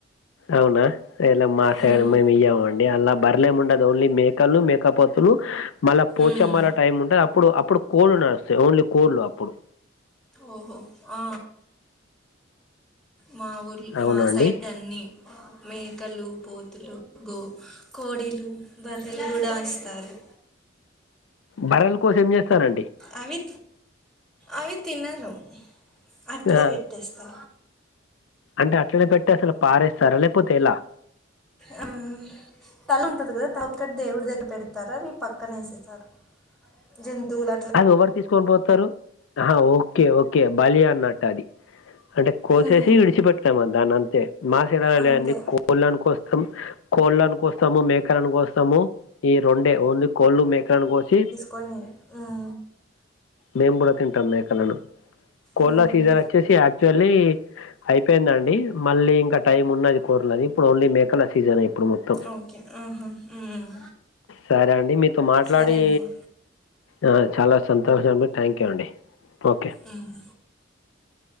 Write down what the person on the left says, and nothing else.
అవునా ఎలా మా సైడు
మేమియమం డి అలా బర్లేముండదు ఓన్లీ మేకలు మేకపోతులు మళ్ళా పోచమ్మల
టైం ఉంటది అప్పుడు అప్పుడు కోళ్ళు నడుస్తాయి ఓన్లీ కోళ్ళ అప్పుడు
అవునా
అండి?
బర్రెలు కోసి ఏం చేస్తానండి
ఆ!
అంటే అట్లనే పెట్టి అసలు పారేస్తారా లేపోతే ఎలా
అది ఎవరు తీసుకొని పోతారు ఆ ఓకే ఓకే బలి అన్నట్టు అది అంటే కోసేసి
ఇడిచిపెట్తామా దాన్ని అంతే మా సైడ్ అలా
లేదండి కోళ్ళని కోస్తం కోళ్ళని కోస్తాము మేకలను కోస్తాము ఈ రెండే ఓన్లీ కోళ్ళు మేకను కోసి
మేం కూడా తింటాం మేకలను కోళ్ళ
సీజన్ వచ్చేసి యాక్చువల్లీ అయిపోయిందండి మళ్ళీ ఇంకా టైం ఉన్నది కోరలది ఇప్పుడు ఓన్లీ మేకల సీజనే ఇప్పుడు ము తం
సరే అండి మీతో మాట్లాడి
ఆ చాలా సంతోషం అండి థ్యాంక్ యూ అండి ఓకే